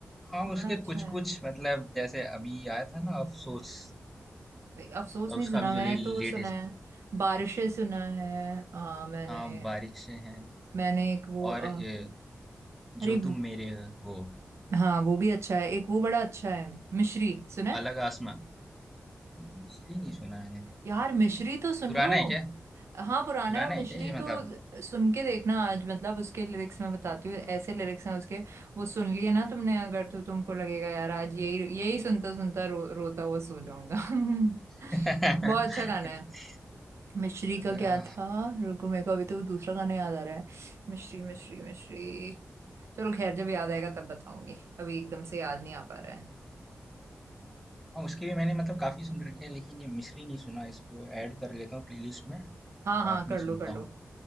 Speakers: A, in the centre; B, on the right (about 75°).
A: हाँ उसके
B: बड़ा अच्छा
A: कुछ
B: है
A: कुछ मतलब जैसे अभी आया था ना अफसोस
B: अफसोस नहीं
A: उसका
B: सुना
A: अभी
B: मैंने
A: जो ले,
B: तो वो सुना
A: लेटेस्ट
B: है बारिशें सुना है आ, मैंने
A: हाँ बारिशें हैं
B: मैंने एक वो
A: और
B: अ,
A: ये
B: अरे
A: जो
B: एक-
A: तुम मेरे हो
B: हाँ वो भी अच्छा है एक वो बड़ा अच्छा है मिश्री सुना है
A: अलग आसमां नहीं, इसलिए नहीं सुना मैंने
B: यार मिश्री तो सुन
A: पुराना
B: लो
A: है क्या
B: हाँ पुराना
A: पुराना
B: है और मिश्री
A: है क्या ये
B: तो
A: मतलब
B: सुन के देखना आज मतलब उसके लिरिक्स मैं बताती हूँ ऐसे लिरिक्स हैं उसके वो सुन लिए ना तुमने अगर तो तुमको लगेगा यार आज यही यही सुनता सुनता रो, रोता हुआ सो जाऊंगा <laughs>
A: <laughs>
B: बहुत अच्छा गाना है मिश्री का
A: आह,
B: क्या था रुको मेरे को अभी तो दूसरा गाना याद आ रहा है मिश्री मिश्री मिश्री चलो खैर जब याद आएगा तब बताऊंगी अभी एकदम से याद नहीं आ पा रहा है
A: हाँ उसकी भी मैंने मतलब काफी सुन रखी है लेकिन ये मिश्री नहीं सुना इसको ऐड कर लेता हूँ प्लेलिस्ट में
B: हाँ हाँ
A: रात
B: कर
A: में
B: लो
A: सुनता
B: कर लो
A: हूँ